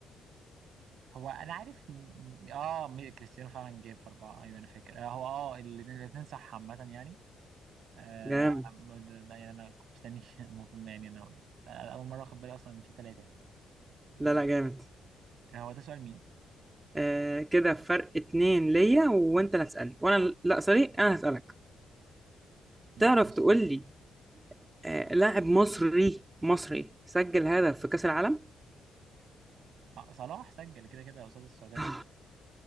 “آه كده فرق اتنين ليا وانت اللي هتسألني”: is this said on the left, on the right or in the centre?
Right